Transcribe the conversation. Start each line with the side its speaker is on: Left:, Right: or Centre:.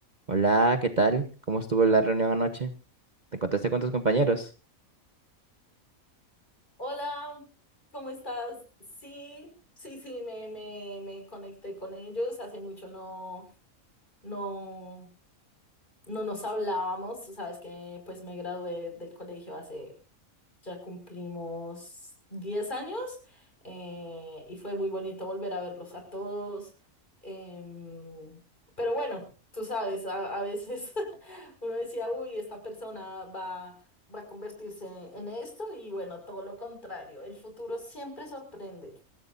Right: Hola, ¿qué tal? ¿Cómo estuvo la reunión anoche? ¿Te encontraste con tus compañeros?
Left: Hola, ¿cómo estás? Sí, sí, sí, me, me, me conecté con ellos. Hace mucho no, no, no nos hablábamos. Tú sabes que pues me gradué del colegio hace, ya cumplimos 10 años eh, y fue muy bonito volver a verlos a todos. Em, pero bueno, tú sabes, a, a veces <laughs> uno decía, uy, esta persona va va a convertirse en esto y bueno, todo lo contrario, el futuro siempre sorprende.